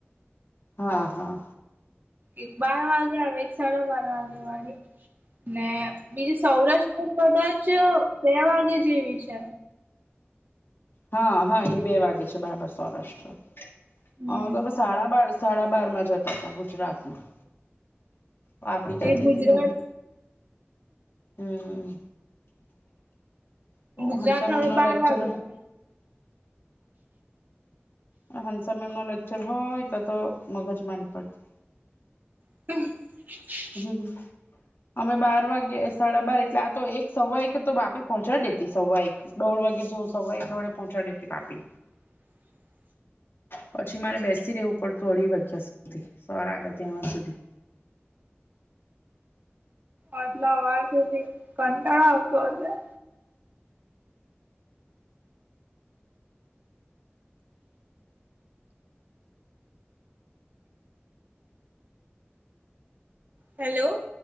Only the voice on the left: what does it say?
હા હા.
હા હા એ બે વાગે છે બરાબર સૌરાષ્ટ્ર.
હા તોમે સાડા બાર સાડા બાર માં જતા હતા ગુજરાતમાં. વાપી જતી
હતીને, હમ. તો
હંસા મેમ
નો
લેક્ચર
હા, હનસમેમ ન લેક્ચર હોય તો તો મગજ મારી પડતી.
હમ. અમે બાર વાગે સાડા બાર એટલે આ તો એક સવા એક તો બાપી પહોંચાડી દેતી સવા એક. દોળ વાગે સુ સવાઈ એક દોળે પહોંચાડીે હતી બાપી.
પછી મારે બેસી રહેેવું પડતું અઢી વાગ્યા સુધી સર આવે ત્યા સુધી.